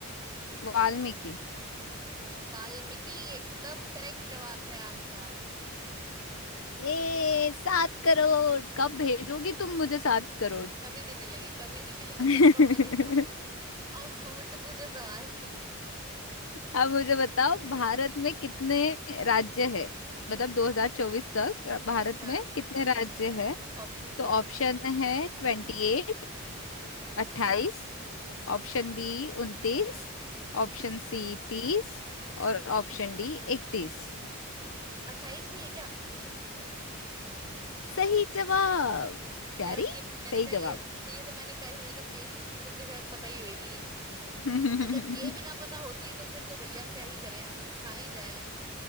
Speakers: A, on the left (about 65°); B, on the right (about 15°).
A: वाल्मीकि
B: वाल्मीकि एकदम करेक्ट जवाब है आपका
A: ए सात करोड़
B: <laughs>
A: कब भेजोगी तुम मुझे सात करोड़
B: कभी नहीं मिलेंगे कभी नहीं मिलेंगे
A: <laughs>
B: सपनों में देखो <laughs> अब मुझसे पूछो सवाल <laughs>
A: अब मुझे बताओ भारत में कितने राज्य है मतलब 2024 तक भारत
B: अच्छा
A: में कितने राज्य है
B: ऑप्शंस
A: तो
B: दो
A: ऑप्शन है ट्वेंटी एट
B: हम्म
A: अट्ठाईस
B: हम्म
A: ऑप्शन बी उनतीस
B: हम्म
A: ऑप्शन सी तीस और
B: हम्म
A: ऑप्शन डी इकतीस
B: अट्ठाईस नहीं है क्या
A: सही जवाब प्यारी
B: यार अब ये मैंने
A: सही
B: कहा
A: जवाब
B: ये ये तो मैंने कहा ही मैंने कहा बेसिक चीजें तो शायद पता ही होगी
A: <laughs>
B: अगर ये भी ना पता होती तो फिर तो भैया क्या ही करें हम कहाँ ही जाएं